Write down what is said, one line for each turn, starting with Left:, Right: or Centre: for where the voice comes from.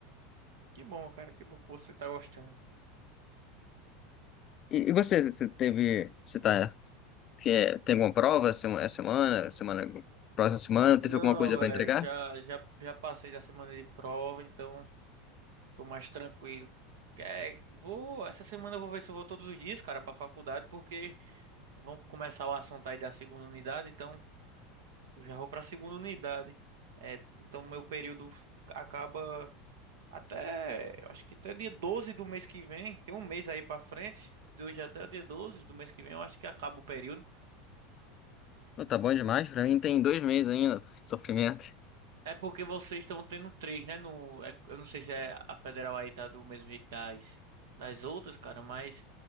Right: Que bom, cara, que bom que você tá gostando.
Left: E, e você, você teve. Você tá Que é- tem alguma prova essa essa semana, semana, próxima semana?
Right: Não,
Left: Teve alguma coisa pra
Right: velho,
Left: entregar?
Right: já, já, já passei da semana de prova, então tô mais tranquilo. É, vou, essa semana eu vou ver se eu vou todos os dias, cara, pra faculdade, porque vamos começar o assunto aí da segunda unidade, então. Eu já vou para a segunda unidade. É, então meu período acaba até, eu acho que até dia 12 do mês que vem, tem um mês aí para frente, de hoje até o dia 12 do mês que vem, eu acho que acaba o período.
Left: Não, tá bom demais. Pra mim tem dois meses ainda de sofrimento.
Right: É porque vocês estão tendo três, né? No, é- eu não sei se é a federal aí tá do mesmo jeito das, das outras, cara, mas